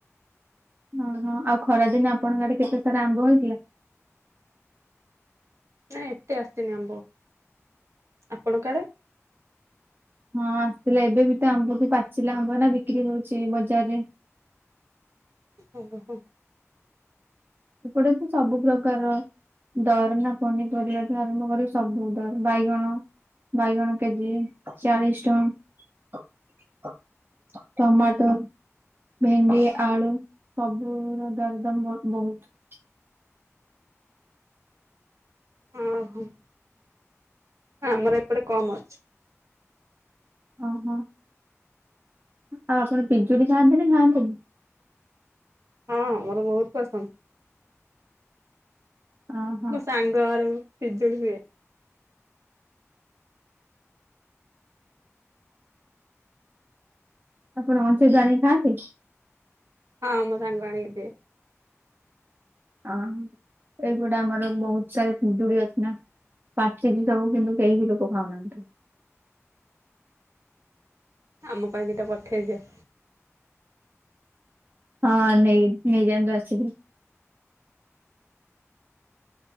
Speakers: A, on the right; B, on the right.
A: ଓହୋ ଆଉ ଖରା ଦିନେ ଆପଣଙ୍କ ଆଡେ କେତେସାରା ଆମ୍ବ ହେଇଥିଲା?
B: ନାଇଁ ଏତେ ଆସିନି ଆମ୍ବ ଆପଣଙ୍କ ଆଡେ?
A: ହଁ ଆସିଥିଲା ଏବେ ବି ତ ଆମ୍ବକୁୁ ପାଚିଲା ଆମ୍ବ ନା ବିକ୍ରି ହଉଛି ବଜାରରେ।
B: <unintelligible>
A: ଏପଟେ ତ ସବୁ ପ୍ରକାର। ଦର ନା ପନିପରିବାଠୁ ଆରମ୍ଭ କରି ସବୁ ଦର ବାଇଗଣ। ବାଇଗଣ କେଜି ଚାଳିଶ ଟଙ୍କା। ଟମାଟର। ଭେଣ୍ଡି ଆଳୁ ସବୁ ର ଦରଦମ ବହୁତ।
B: ଉଁ ହୁଁ ଆମର ଏପଟେ କମ୍ ଅଛି।
A: ଓହୋ। ଆଉ ଆପଣ ପିଜୁଳି ଖାଆନ୍ତି ନା ଖାଆନ୍ତିନି?
B: ହଁ ମୋର ବହୁତ ପସନ୍ଦ।
A: ଓହୋ
B: ମୋ ସାଙ୍ଗର ବିିଜୁଳି ହୁଏ।
A: ଆପଣ ଅଞ୍ଚଦଣ ଖାଆନ୍ତି।
B: ହଁ ମୁଁ ସାଙ୍ଗ ଆଣଦି।
A: ହ ଏଇପଟେ ଆମର ବହୁତ ସାରା କୁଜୁଳି ଅଜ ନା ପାଛି ଯେ ତାବୁ କିନ୍ତୁ କେ ବି ଲୋକ ଖାାଉନାନ୍ତି।
B: ଆମ ପାଇଁ ଦିଟା ପଠେଇଯ।
A: ହଁ ନେଇ ନେଇଯାଆନ୍ତୁ ଆସିକି।